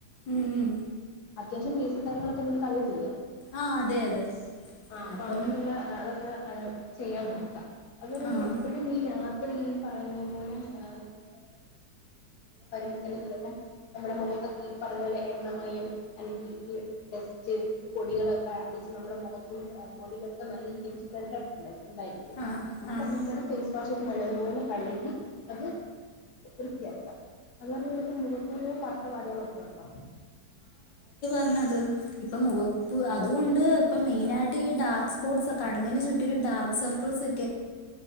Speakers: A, on the left; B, on the left.
A: ഉം ഉം
B: അത്യാവശ്യം ബേസിക് കാര്യങ്ങളൊക്കെ നിങ്ങൾക്കറിയത്തില്ലേ.
A: ആഹ് അതെ അതെ
B: ആഹ് അപ്പൊ
A: അപ്പം
B: അങ്ങനെയുള്ള അതൊക്കെ. ചെയ്യാൻ നോക്കാം, അതുപോലെ തന്നെ
A: ആഹ്
B: എപ്പോഴും നീ രാത്രി. ഇവരെ ഈ പറയുന്ന പോലെ എന്നും വരുമ്പോ തന്നെ ചിലപ്പോ. നമ്മുടെ മുഖത്തൊക്കെ ഈ പറഞ്ഞപോലെ എണ്ണമയം അല്ലെങ്കിൽ ഈ ഡസ്റ്റ് ഈ പൊടികളൊക്കെ അടിഞ്ഞ്. അവസാനം നമ്മുടെ മുഖത്തും ബോഡിയിലൊക്കെ നല്ലരീതി. ഉണ്ടായിട്ടുണ്ടായിരിക്കും
A: ആഹ്
B: അവരെ
A: ആഹ്
B: പറയും പോലെ ഫേസ് വാഷ് ഒരു നല്ലതുപോലെ കഴുകി അത്. വൃത്തിയാക്കാം അതുപോലെ നിനക്ക് മുഖക്കുരുവും വറുത്തപാടുകളും ഒക്കെ ഉണ്ടോ.
A: ഇന്നത് മുഖക്കു അതും ഉണ്ട് ഇപ്പം മെയിൻ ആയിട്ട് ഡാർക്ക്‌ സ്പോട്സ് ഒക്കെ കണ്ണിന് ചുറ്റും. പിന്നെ ഡാർക്ക് സർക്കിൾസും.